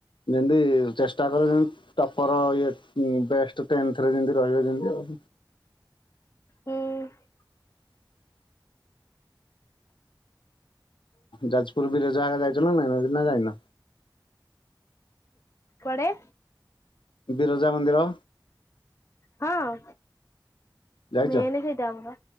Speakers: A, on the left (about 85°); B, on the left (about 35°).
A: ଯେମତି ଚେଷ୍ଟା କଲେ ଟପର ଇଏ ଉଁ ବେଷ୍ଟ ଟେନ୍ଥରେ ଯେମିତି ରହିବ ଯେମିତି ଆଉ
B: ହୁଁ ଉଁ
A: ଯାଜପୁର ବିରଜାଆଗେ ଯାଇଛ ନା ନାଇ, ଏମନା ଯାଇନ?
B: କୁଆଡେ?
A: ବିରଜା ମନ୍ଦିର।
B: ହଁ,
A: ଯାଇଛ?
B: ମେନେ ସେଇଟା ଆମର।